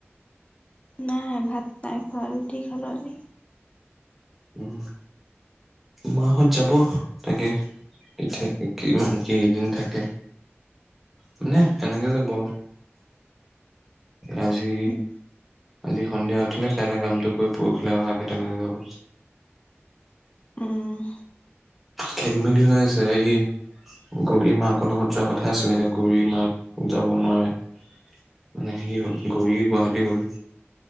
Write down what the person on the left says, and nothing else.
নাই ভাত নাই খোৱা ৰুতি খালো আজি।
উম।
উম।